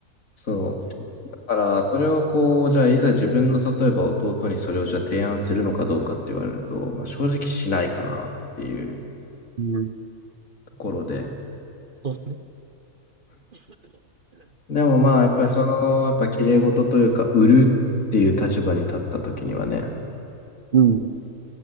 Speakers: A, on the left; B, on the right.
A: そう。だから、それをこう、じゃあ、いざ自分の、例えば弟にそれをじゃあ提案するのかどうかって言われると、まあ、正直しないかなっていう
B: うん
A: ところで。
B: そうですね
A: でもまあ、やっぱりその、やっぱ綺麗事というか、売るっていう立場に立った時にはね、
B: うん